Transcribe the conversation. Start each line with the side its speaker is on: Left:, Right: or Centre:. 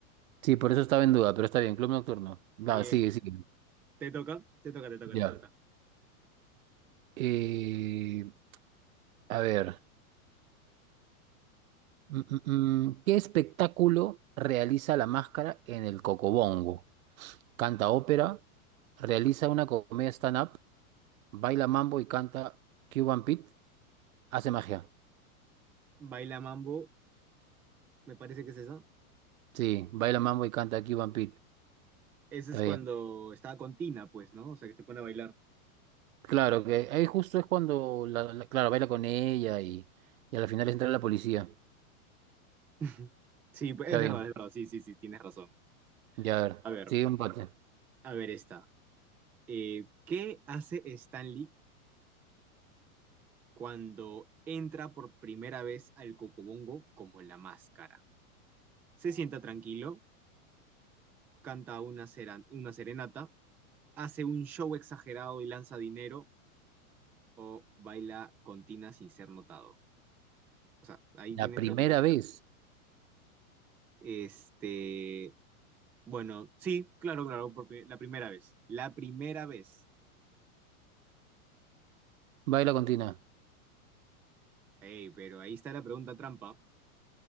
Right: sí, por eso estaba en duda, pero está bien, club nocturno. Va,
Centre: Bien,
Right: sigue,
Centre: bien.
Right: sigue.
Centre: bien. ¿Te toca? Te toca, te toca,
Right: Ya.
Centre: te toca.
Right: Eh, a ver, mm, mm, mm, ¿qué espectáculo realiza la máscara en el Cocobongo? ¿Canta ópera? ¿Realiza una comedia stand-up? ¿Baila mambo y canta Cuban Pete? Hace magia.
Centre: Baila mambo, me parece que es esa.
Right: Sí, baila mambo y canta Cuban Pete.
Centre: Ese
Right: Está
Centre: es cuando estaba con Tina, pues, ¿no? O sea, que se pone a bailar.
Right: Claro, que ahí justo es cuando, la, la- claro, baila con ella y, y a la final entra la policía.
Centre: <laughs> Sí, pues,
Right: Está
Centre: es verdad,
Right: bien,
Centre: es verdad. Sí, sí, sí, tienes razón.
Right: ya a ver,
Centre: A ver,
Right: sigue un empate.
Centre: a ver esta. Eh, ¿qué hace Stanley cuando entra por primera vez al Cocobongo como la máscara. Se sienta tranquilo, canta una, sera- una serenata, hace un show exagerado y lanza dinero o baila con Tina sin ser notado. O sea, ahí
Right: La
Centre: tiene
Right: primera
Centre: pregunta.
Right: vez
Centre: Este, bueno, sí, claro, claro, por pri- la primera vez. La primera vez.
Right: baila con Tina.
Centre: Ey, pero ahí está la pregunta trampa.